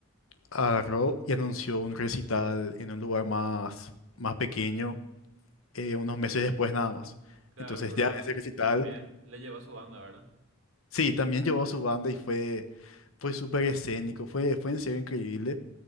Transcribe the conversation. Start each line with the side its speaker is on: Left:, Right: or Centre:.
Left: agarró y anunció un recital en un lugar más, más pequeño eh, unos meses después nada más.
Right: Claro,
Left: Entonces
Right: pero
Left: ya ese recital
Right: también le llevó a su banda, ¿verdad?
Left: Sí, también llevó a su banda y fue, fue súper escénico, fue, fue en serio increíble,